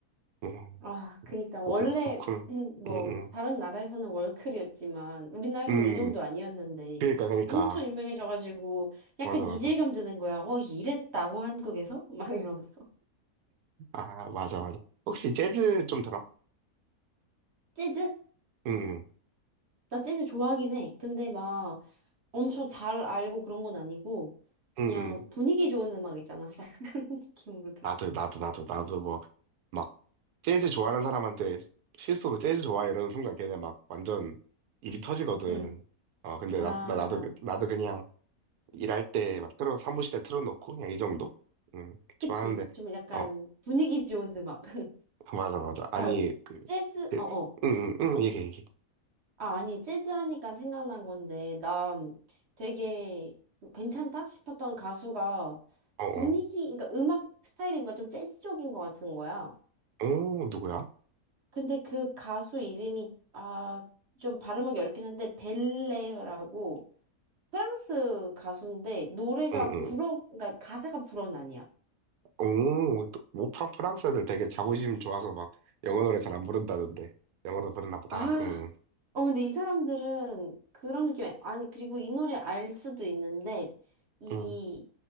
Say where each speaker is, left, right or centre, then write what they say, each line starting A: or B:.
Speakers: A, on the right; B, on the right.
A: 음,
B: 아, 그니까. 원래,
A: 뭐, 그, 그렇구나.
B: 음, 뭐,
A: 응, 응.
B: 다른 나라에서는 월클이었지만, 우리나라에서는
A: 음,
B: 이 정도 아니었는데,
A: 그러니까, 그러니까.
B: 엄청 유명해져가지고, 약간
A: 맞아,
B: 이질감
A: 맞아.
B: 드는 거야. 어, 이랬다고, 한국에서? <laughs> 막 이러면서.
A: 아, 맞아, 맞아. 혹시 재즈 좀 들어?
B: 재즈?
A: 응,
B: 나 재즈 좋아하긴 해. 근데 막 엄청 잘 알고 그런 건 아니고
A: 응,
B: 그냥
A: 응. 응.
B: 분위기 좋은 음악 있잖아. <laughs> 약간 그런 느낌으로 들어.
A: 나도, 나도, 나도, 나도 뭐, 막, 재즈 좋아하는 사람한테 실수로 재즈 좋아해 이러는 순간 걔네 막 완전 입이 터지거든.
B: 응.
A: 어, 근데
B: 아,
A: 나, 나, 나도, 나도 그냥 일할 때 막 틀어, 사무실에 틀어놓고 그냥 이 정도? 응,
B: 그치.
A: 좋아하는데,
B: 좀 약간
A: 어,
B: 분위기 좋은 음악. <laughs>
A: 맞아, 맞아. 아니,
B: 아,
A: 그,
B: 재즈,
A: 그
B: 어어.
A: 응, 응, 응, 얘기해, 얘기해.
B: 아, 아니, 재즈 하니까 생각난 건데, 나 되게 괜찮다 싶었던 가수가
A: 어, 어.
B: 분위기, 그러니까 음악 스타일이 뭔가 좀 재즈적인 것 같은 거야.
A: 오, 누구야?
B: 근데 그 가수 이름이 아, 좀 발음하기 어렵긴 한데 벨레라고 프랑스 가수인데 노래가
A: 응, 응.
B: 불어 그러니까 가사가 불어는 아니야.
A: 오, 또, 뭐 프랑- 프랑스 애들 되게 자부심 좋아서 막 영어 노래 잘 안 부른다던데. 영어로 부르나 보다.
B: 아,
A: 응,
B: 어 근데 이 사람들은 그런 느낌 아니 그리고 이 노래 알 수도 있는데 이
A: 응.